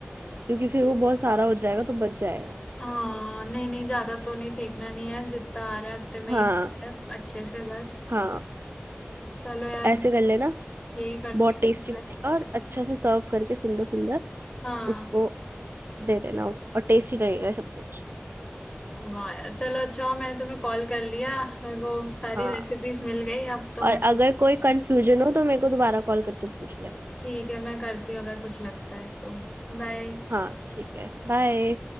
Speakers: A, on the right; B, on the left.
A: क्योंकि फिर वो बहुत सारा हो जाएगा तो बच जाएगा
B: हाँ नहीं नहीं ज्यादा तो नहीं फेंकना नहीं है जितना आ रहा है उतने में
A: हाँ
B: ही है अच्छे से बस
A: हाँ
B: चलो यार
A: तो ऐसे कर लेना
B: यही करती
A: बहुत टेस्टी
B: हूँ
A: बनेगा
B: मैं।
A: और अच्छा से सर्व करके सुंदर सुंदर
B: हाँ
A: उसको दे देना और टेस्टी रहेगा सब कुछ
B: वाह यार चलो अच्छा हो मैंने तुम्हें कॉल कर लिया मेरे को सारी
A: हाँ
B: रेसिपीज मिल गई अब तो मैं
A: और अगर कोई कंफ्यूजन हो तो मेरे को दोबारा कॉल करके पूछ लेना
B: ठीक है मैं करती हूँ अगर कुछ लगता है तो बाय
A: हाँ ठीक है बाय